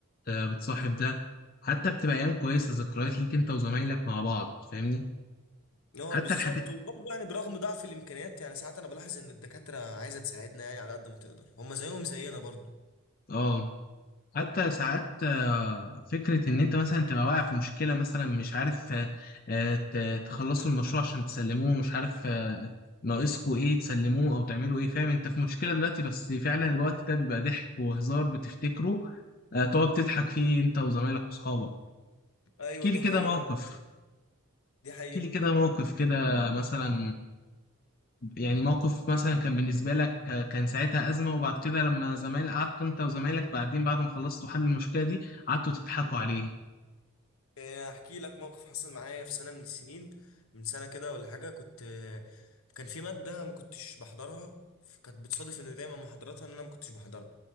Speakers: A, on the left (about 40°); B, on the left (about 75°).
A: وبتصاحب ده حتى بتبقى ايام كويسه ذكريات ليك انت وزمايلك مع بعض فاهمني
B: اه
A: حتى
B: بالظبط
A: الحاجات
B: وبرضه يعني برغم ضعف الامكانيات يعني ساعات انا بلاحظ ان الدكاترة عايزة تساعدنا يعني على قد ما تقدر هما زيهم زينا برضه
A: اه حتى ساعات آه، فكره ان انت مثلا تبقى واقع في مشكله مثلا مش عارف آه، آه، ت- تخلصوا المشروع عشان تسلموه مش عارف آه، ناقصكوا ايه تسلموه او تعملوا ايه فاهم انت في مشكله دلوقتي بس فعلا الوقت ده بيبقى ضحك وهزار بتفتكره آه، تقعد تضحك فيه انت وزمايلك واصحابك
B: ايوه
A: احكي
B: دي
A: لي كده
B: حقيقة
A: موقف
B: دي حقيقة
A: احكي لي كده موقف كده مثلا يعني موقف مثلا كان بالنسبة لك آه، كان ساعتها أزمة وبعد كده لما زمايل قعدت أنت وزمايلك بعدين بعد ما خلصتوا حل المشكلة دي قعدتوا تضحكوا عليه
B: آه، احكي لك موقف حصل معايا في سنه من السنين من سنه كده ولا حاجه كنت آه، كان في ماده ما كنتش بحضرها فكانت بتصادف ان دايما محاضراتها ان انا ما كنتش بحضرها